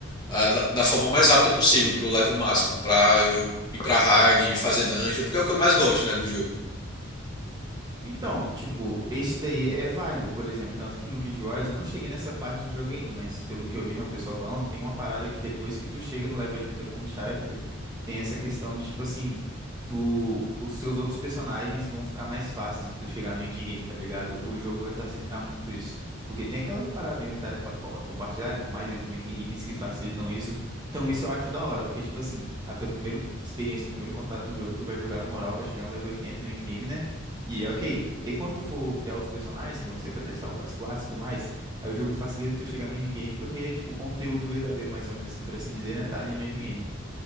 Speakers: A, on the left (about 20°); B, on the right (about 20°).
A: a- da, da forma mais rápida possível pro level máximo, pra eu ir pra hard, fazer dungeon, porque é o que eu mais gosto, né, do jogo.
B: Então, tipo, esse daí é válido, por exemplo, tanto que no Guild Wars eu não cheguei nessa parte do jogo ainda, mas pelo que eu vi, né, o pessoal falando, tem uma parada que depois que tu chega no level 80 com o character, tem essa questão de, tipo assim, tu, os seus outros personagens vão ficar mais fáceis de tu chegar no endgame, tá ligado? O jogo vai facilitar muito isso, porque tem aquela parada do inventário pa- co- compartilhar e tudo mais, e também tem itens que facilitam isso, então isso eu acho da hora, porque, tipo assim, a tua primeira experiência, teu primeiro contato com o jogo, tu vai jogar na moral, vai chegar no level 80 no endgame, né? E é ok. E quando tu for criar outros personagens, que vão ser pra testar outras classes e tudo mais, aí o jogo facilita tu chegar no endgame, porque, tipo, o conteúdo verdadeiro, mais ou menos assim, por assim dizer, né, tá ali no endgame.